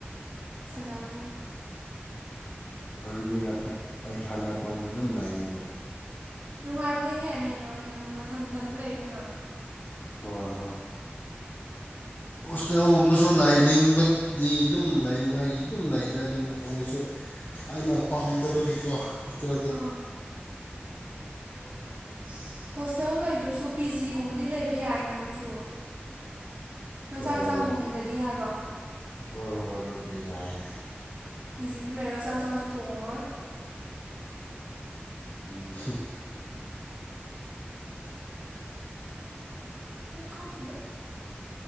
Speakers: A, on the right; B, on the left.
A: ꯁꯥꯟꯅꯕꯅꯦ
B: ꯑꯗꯨꯒꯤ ꯅꯠꯇꯦ ꯑꯩ ꯊꯟꯗ ꯑꯇꯣꯝꯗ ꯗꯨꯝ ꯂꯩꯏꯅꯤꯡꯕ
A: ꯅꯨꯡꯉꯥꯏꯕꯅꯦꯍꯦ ꯃꯤ <unintelligible> ꯃꯊꯟ ꯃꯊꯟꯗ ꯂꯩꯕꯅꯤꯅ
B: ꯍꯣꯏ ꯍꯣꯏ ꯍꯣꯁꯇꯦꯜꯒꯨꯝꯕꯁꯨ ꯂꯥꯏꯅꯤꯡꯕꯗꯤ ꯑꯗꯨꯝ ꯂꯩꯅꯤꯡꯉꯥꯏꯒꯤꯁꯨ ꯑꯗꯨꯝ ꯂꯩꯗ ꯑꯗꯨ ꯑꯃꯨꯛꯁꯨ ꯑꯩꯅ ꯄꯥꯝꯗꯕꯒꯤꯀꯣ ꯆꯗꯦ
A: ꯑꯥ <unintelligible> ꯍꯣꯁꯇꯦꯜ ꯂꯩꯇ꯭ꯔꯁꯨ ꯄꯤ ꯖꯤꯒꯨꯝꯕꯗꯤ ꯂꯩꯕ ꯌꯥꯏꯌꯦꯅ ꯅꯪꯁꯨ ꯅꯪ
B: ꯍꯣꯏ
A: ꯆꯥꯛ ꯌꯦꯟꯁꯥꯡ
B: ꯍꯣꯏ
A: ꯊꯣꯡꯅꯤꯡꯗꯗꯤ ꯍꯥꯏꯕ
B: ꯍꯣꯏ ꯍꯣꯏ ꯑꯗꯨꯗꯤ ꯌꯥꯏ
A: ꯄꯤ ꯖꯤꯗ ꯂꯩꯔꯒ ꯆꯥꯛ ꯍꯦꯟꯁꯥꯡꯁꯨ ꯊꯣꯡꯉꯔꯣꯏ
B: ꯎꯝ <unintelligible>
A: ꯑꯗꯣ ꯈꯪꯗꯦ